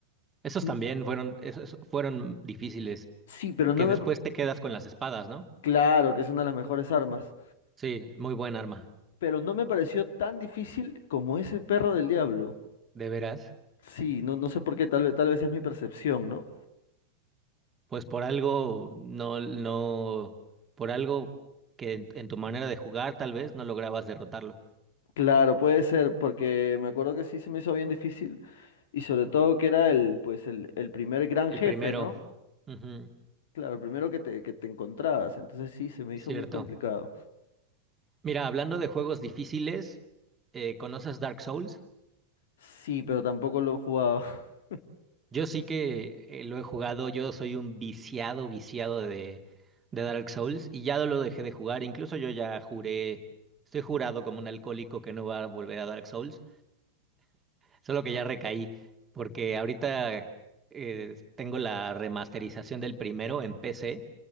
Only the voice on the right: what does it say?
esos
también fueron, esos fueron difíciles,
que
después te quedas con las espadas, ¿no?
Sí, muy buen arma,
de veras.
Pues por algo, no, no, por algo que en, en tu manera de jugar tal vez no lograbas derrotarlo.
El
primero,
ujú,
cierto.
Mira, hablando de juegos difíciles, eh, ¿conoces Dark Souls?
Yo sí que eh, lo he jugado, yo soy un viciado, viciado de, de Dark Souls y ya lo dejé de jugar, incluso yo ya juré, estoy jurado como un alcohólico que no va a volver a Dark Souls, solo que ya recaí, porque ahorita eh, tengo la remasterización del primero en PC